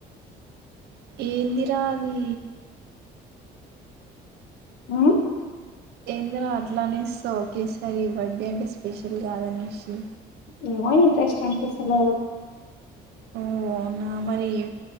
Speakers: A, on the right; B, on the left.
A: ఏందిరా అవి
B: హ
A: ఏందరా అట్లా అనేస్థావ్ ఓకే సారి ఈ బర్త్డే అంటే స్పెషల్ కాదనేసి
B: ఏమో ఇంట్రెస్ట్ అనిపిస్తలేదు
A: ఓ అవునా మరి